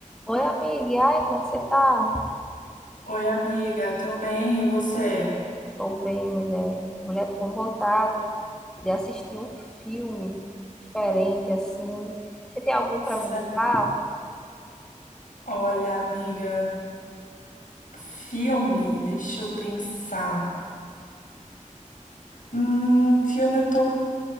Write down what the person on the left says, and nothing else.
Oi, amiga, tô bem, e você?
Sé-
Olha, amiga, filme, deixa eu pensar. Hum, filme eu tô